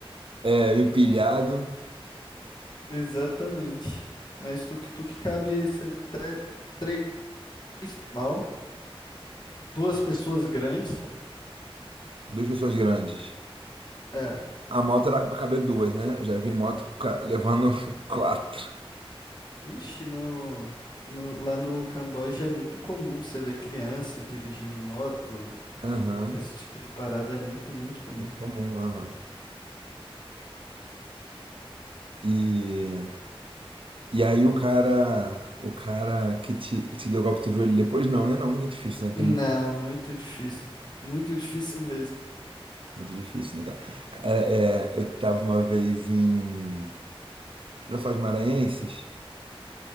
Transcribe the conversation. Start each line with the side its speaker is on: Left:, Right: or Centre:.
Right: é, empilhado,
Left: Exatamente. Mas tuk-tuk cabe até três mal, duas pessoas grandes.
Right: duas pessoas grandes.
Left: É.
Right: A moto era pra caber duas, né? Eu já vi moto ca- levando <laughs> quatro.
Left: Ixi, no, no- lá no Camboja é muito comum você ver criança dirigindo moto.
Right: Aham.
Left: Esse tipo de parada é muito, muito comum.
Right: Muito comum, aham. E, e aí o cara, o cara que te, que te deu o golpe, tu viu ele depois? Não, né? Não, é difícil, né? Tem
Left: Não,
Right: muito.
Left: muito difícil. Muito difícil mesmo.
Right: Muito difícil, né, cara? É, é, eu tava uma vez em Lençóis Maranhenses,